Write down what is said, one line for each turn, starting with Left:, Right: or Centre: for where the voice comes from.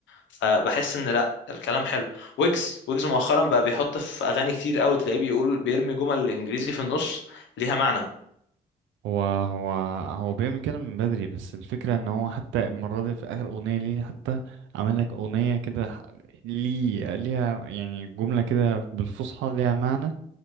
Left: فبحس
Right: مم.
Left: ان لا الكلام حلو ويجز ويجز مؤخرا بقى بيحط في أغاني كتير قوي تلاقيه بيقول بيرمي جمل انجليزي في النص ليها معنى
Right: هو هو هو بيعمل كده من بدري بس الفكرة ان هو حتى المرة دي في آخر أغنية ليه حتى عمل لك أغنية كده ح- ليه ليها يعني جملة كده بالفصحى ليها معنى